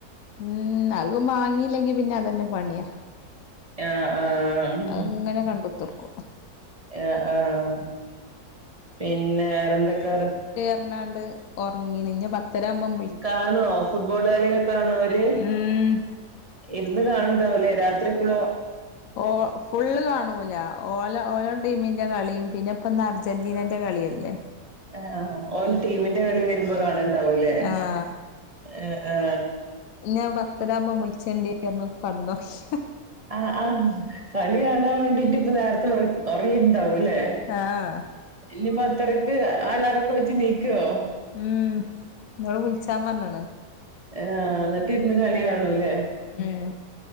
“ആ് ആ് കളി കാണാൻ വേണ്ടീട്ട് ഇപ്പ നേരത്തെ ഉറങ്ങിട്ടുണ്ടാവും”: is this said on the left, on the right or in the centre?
Right